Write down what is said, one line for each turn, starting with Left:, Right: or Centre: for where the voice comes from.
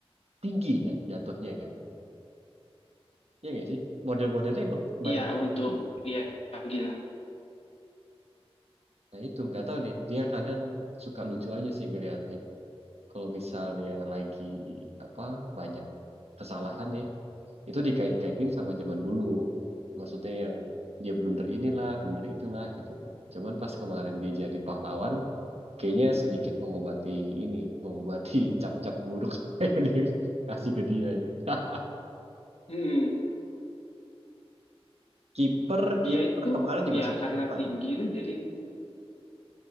Right: tinggi kan jatuhnya kan. Iya nggak sih? Model-modelnya emang badan
Left: Iya untuk
Right: tinggi.
Left: ya gila.
Right: Nah itu nggak tahu nih. Dia kadang suka lucu aja sih ngelihatnya. Kalau misalnya lagi apa banyak kesalahan ya itu dikait-kaitin sama zaman dulu. Maksudnya yang dia blunder inilah, blunder itulah gitu kan. Cuman pas kemarin dia jadi pahlawan, kayaknya sedikit mengobati ini, mengobati cap-cap buruk <laughs> yang dikasih ke dia ya. <laughs>
Left: Hmm,
Right: Kiper,
Left: dia
Right: kiper
Left: itu
Right: kemarin juga
Left: ya
Right: sempat
Left: karena
Right: pernah
Left: tinggi
Right: ya.
Left: itu jadi